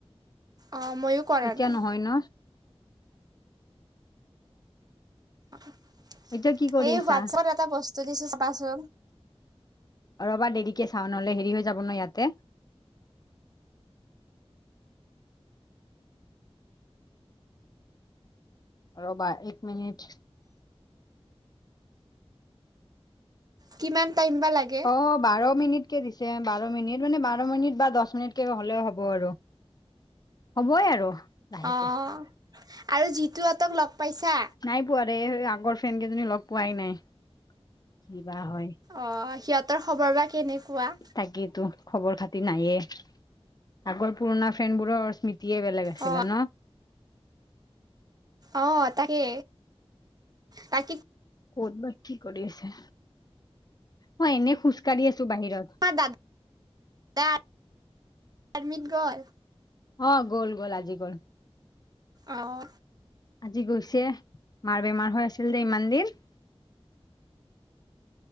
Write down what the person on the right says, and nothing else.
অ' ময়ো কৰা
নাই।
হেৰি
হোৱাটচএপত এটা বস্তু দিছোঁ চাবাচোন।
কিমান টাইম বা লাগে।
অ', আৰু যিতুহঁতক লগ পাইছা?
অ', সিহঁতৰ খবৰ বা কেনেকুৱা?
অ'
অঁ তাকে, বাকী
আমাৰ দা <unintelligible> এডমিট গ'ল।
অঁহ'।